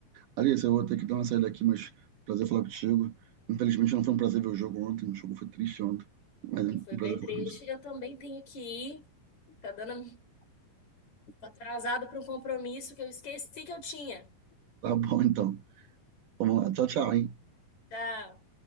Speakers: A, on the right; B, on the left.
A: Alice, eu vou ter que dar uma saída aqui, mas prazer falar contigo. Infelizmente não foi um prazer ver o jogo ontem, o jogo foi triste ontem, mas
B: Foi
A: é um
B: foi
A: prazer
B: bem
A: falar
B: triste.
A: contigo.
B: Eu também tenho que ir. Tá dando Tô atrasado para um compromisso que eu esqueci que eu tinha.
A: Tá bom, então. Vamos lá. Tchau, tchau, hein?
B: Tchau.